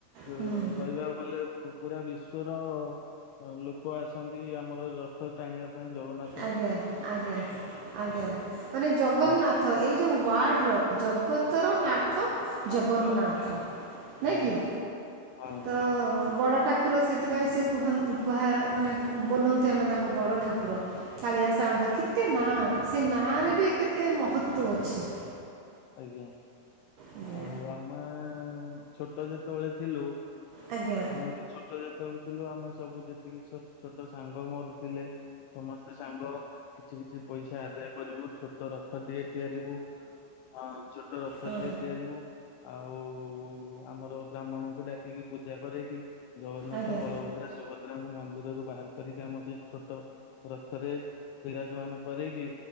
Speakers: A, on the left (about 85°); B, on the right (about 80°).
A: ତୁ
B: ହୁଁ
A: କହିବାକୁ ଗଲେ ପୁରା ବିଶ୍ଵର ଲୋକ ଆସନ୍ତି ଆମର ରଥ ଟାଣିବା ପାଇଁ ଜଗନ୍ନାଥ
B: ଆଜ୍ଞା ଆଜ୍ଞା ଆଜ୍ଞା, ମାନେ ଜଗନ୍ନାଥ
A: ଆଉ
B: ଏଇ ଯୋଉ ୱାର୍ଡ ର ଜଗତର ନାଥ
A: ନାଥ
B: ଜଗନ୍ନାଥ ନାଇଁ
A: ଆଜ୍ଞା
B: କି?
A: ହଁ
B: ତ ବଡ଼ଟା ଠାକୁର ସେଥିପାଇଁ ସେ କୁହ କୁହା ମାନେ ବୋଲନ୍ତି ଆମେ ତାଙ୍କୁ ବଡ଼ ଠାକୁର। କାଳିଆ ସାଆନ୍ତ କେତେ ନା। ସେ ନାଁ ରେ ବି କେତେ ମହତ୍ୱ ଅଛି।
A: ଆଜ୍ଞା,
B: ଆଜ୍ଞା
A: ଆଉ ଆମେ ଛୋଟ ଯେତବଳେ ଥିଲୁ
B: ଆଜ୍ଞା
A: ଆମେ ବି ଛୋଟ ଯେତବଳେ ଥିଲୁ ଆମେ ସବୁ ଯେତିକି ଛୋଟ ସାଙ୍ଗ ମୋର ଥିଲେ ସମସ୍ତେ ସାଙ୍ଗ କିଛି କିଛି ପଇସା ଆଦାୟ କରିବୁ ଛୋ ଟ ରଥ ଟିଏ ତିଆରିବୁ। ହଁ ଛୋଟ ରଥଟିଏ
B: ହଁ
A: ତିଆରିବୁ ଆଉ ଆମର ବ୍ରାହ୍ମଣଙ୍କୁ ଡା କିରି ପୂଜା କରେକି ଜଗନ୍ନାଥ,
B: ଆଜ୍ଞା
A: ବଳଭଦ୍ରା, ସୁଭଦ୍ରା ଭଦ୍ରାଙ୍କୁ ମନ୍ଦିରରୁ ବାହାର କରିକି ଆମ ସେଇ ଛୋଟ ରଥରେ ବିରାଜମାନ କରେଇକି